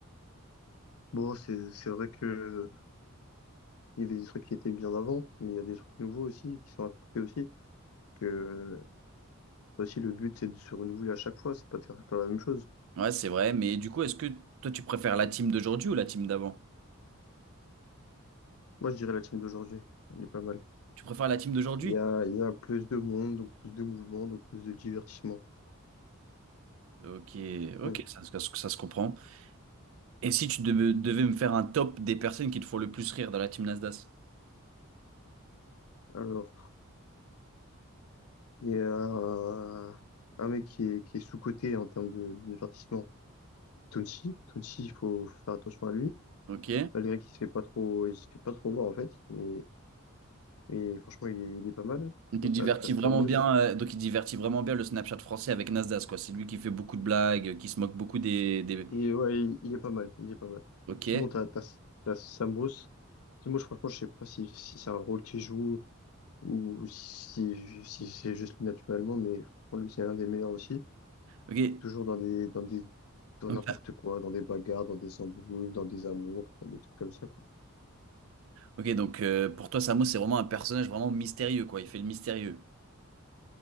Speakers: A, on the left; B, on the right.
A: Bon, c'est, c'est vrai que il y avait des trucs qui étaient bien avant, mais il y a des trucs nouveaux aussi, qui sont apportés aussi que Toi aussi, le but, c'est de se renouveler à chaque fois, c'est pas de faire tout le temps la même chose.
B: Ouais, c'est vrai, mais du coup, est-ce que toi, tu préfères la team d'aujourd'hui ou la team d'avant?
A: Moi, je dirais la team d'aujourd'hui, elle est pas mal.
B: Tu préfères la team d'aujourd'hui?
A: Il y a, il y a plus de monde, donc plus de mouvement, donc plus de divertissement.
B: Ok, ok,
A: Hmm.
B: ça, se- ça, se ça se comprend. Et si tu deve- devais me faire un top des personnes qui te font le plus rire dans la team Nasdaq?
A: Alors, il y a un, un mec qui est, qui est sous-coté en termes de, de divertissement, c'est Tonsi. Tonsi, il faut faire attention à lui,
B: Ok.
A: malgré qu'il se fait pas trop, il se fait pas trop voir en fait, mais, mais franchement, il est, il est pas mal. Sinon,
B: Donc, il divertit
A: t'as, t'as Stamos.
B: vraiment bien, euh, donc il divertit vraiment bien le Snapchat français avec Nasdaq, quoi. C'est lui qui fait beaucoup de blagues, qui se moque beaucoup des, des...
A: Il est, ouais, il, il est pas mal, il est pas mal.
B: Ok.
A: Sinon, t'as, t'as, t'as Sam Bruce. Parce que franchement, je sais pas si, si c'est un rôle qu'il joue ou si, si c'est juste naturellement, mais franchement, lui, c'est un des meilleurs aussi.
B: Ok.
A: Toujours dans des, dans des, dans
B: Donc,
A: n'importe quoi, dans des bagarres, dans des embrouilles, dans des amours, dans des trucs comme ça, quoi.
B: Ok, donc euh, pour toi, Samo, c'est vraiment un personnage vraiment mystérieux, quoi. Il fait le mystérieux.